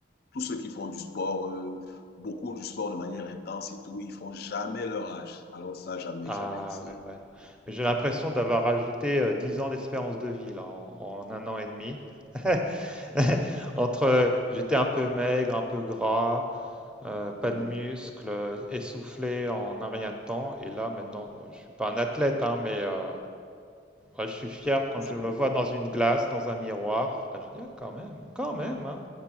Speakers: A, on the left; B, in the centre.
A: tous ceux qui font du sport, euh, beaucoup du sport de manière intense et tout, ils font jamais leur âge. Alors ça, jamais,
B: Ah,
A: jamais. C'est
B: ouais, ouais. Mais j'ai l'impression d'avoir rajouté euh, 10 ans d'espérance de vie, là, en, en un an et demi. <laughs> <laughs> Entre, j'étais un peu maigre, un peu gras, euh, pas
A: bon.
B: de muscles, euh, essoufflé en un rien de temps. Et là, maintenant, bon, je suis pas un athlète, hein, mais euh, ouais, je suis fier quand
A: c'est
B: je me
A: bon.
B: vois dans une glace, dans un miroir. Ah, je dis, ah, quand même, quand même, hein,